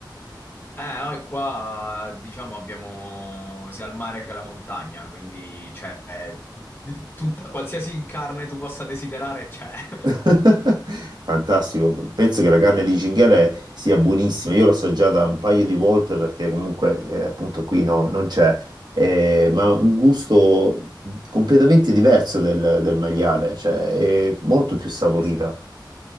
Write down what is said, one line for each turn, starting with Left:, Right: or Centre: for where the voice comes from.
Left: Eh, noi qua diciamo abbiamo sia il mare che la montagna, quindi c'è di- tutta- qualsiasi carne tu possa desiderare c'è. <laughs>
Right: <laughs> Fantastico, penso che la carne di cinghiale sia buonissima, io l'ho assaggiata un paio di volte perché comunque eh, appunto qui no, non c'è, Eh, ma un gusto completamente diverso del, del maiale, cioè è molto più saporita.
Left: Eh sì.